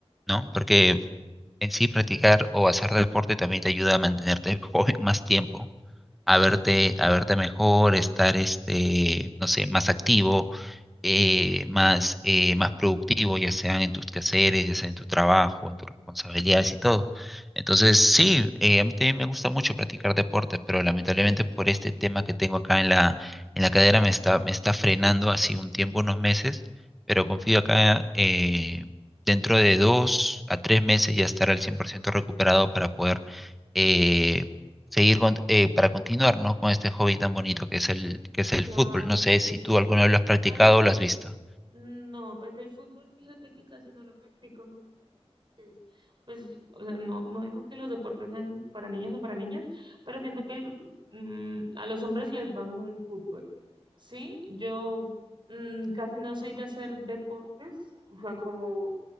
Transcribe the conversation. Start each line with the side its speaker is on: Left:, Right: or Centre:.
Centre: ¿no? Porque en sí practicar o hacer deporte también te ayuda a mantenerte <laughs> joven más tiempo, a verte, a verte mejor, estar, este, no sé, más activo eh, más, eh, más productivo, ya sean en tus quehaceres, ya sea en tu trabajo, en tus responsabilidades y todo. Entonces, sí, eh, a mí también me gusta mucho practicar deporte, pero lamentablemente por este tema que tengo acá en la, en la cadera me está, me está frenando así un tiempo, unos meses, pero confío acá eh, dentro de dos a tres meses ya estar al 100% recuperado para poder... eh, seguir con- eh, para continuar, ¿no? Con este hobby tan bonito que es el, que es el
Right: claro,
Centre: fútbol. No sé
Right: sí.
Centre: si tú alguna vez lo has
Right: Igual
Centre: practicado o lo has visto.
Right: No, pues el fútbol, fíjate que casi no lo practico, no me gusta. siento que es- Pues, o sea, no, no digo que los deportes sean para niños o para niñas, pero siento que el- mm, a los hombres les va mejor el fútbol. Sí, yo mm, casi no soy de hacer deportes, o sea, como,